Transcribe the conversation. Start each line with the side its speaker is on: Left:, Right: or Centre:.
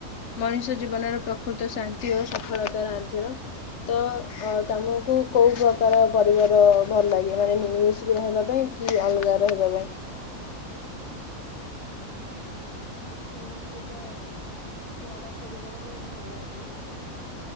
Left: ମଣିଷ ଜୀବନର ପ୍ରକୃତ ଶାନ୍ତି ଓ ସଫଳତାର ଆଧାର ତ ତମକୁ କୋଉ ପ୍ରକାର ପରିବାର ଭଲ ଲାଗେ ମାନେ ମିଳିମିଶି ଯିଏ ରହିବା ପାଇଁ। କି ଅଲଗା ରହିବା ପାଇଁ।
Right: ମତେ ତ ବଡ ପରିବାର ବହୁତ ଭଲ ଲାଗେ।